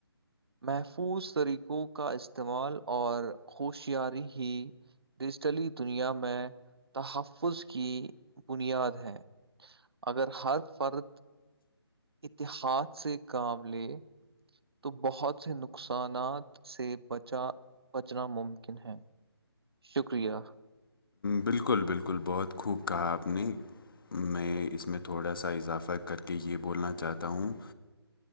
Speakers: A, on the right; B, on the left.
A: محفوظ طریقوں کا استعمال اور ہوشیاری ہی ڈیجیٹلی دنیا میں تحفظ کی بنیاد ہے اگر ہر فرد اتحاد سے کام لے تو بہت سے نقصانات سے بچا بچنا ممکن ہے شکریہ
B: بالکل بالکل بہت خوب کہا آپ نے میں اس میں تھوڑا سا اضافہ کر کے یہ بولنا چاہتا ہوں